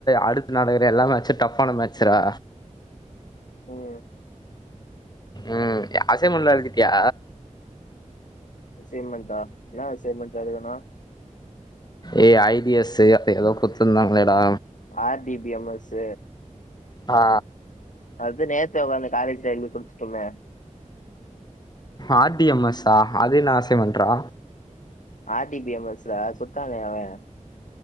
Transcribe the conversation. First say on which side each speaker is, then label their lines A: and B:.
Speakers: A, on the left; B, on the left.
A: அடுத்து நடக்குற எல்லா மேட்சு டஃப்பான மேட்ச்ரா
B: ம்
A: ம் ஆசைமென்ட் லா எழுதிட்டியா
B: அசைமண்டா என்னா அசைமண்ட் எழுதனு
A: எ ஐவிஎஸ் எதோ குத்துருந்தாங்களேடா
B: ஆர்டிபிஎம்எஸ்
A: ஆ
B: அது நேத்து உக்காந்து காலேஜ் எழுந்து குடுத்துட்டமே
A: ஆர் டி எம் எஸா அது என்ன அசைமென்றா
B: ஆர் டி பி எம் எஸ்ல குட்த்தானே அவே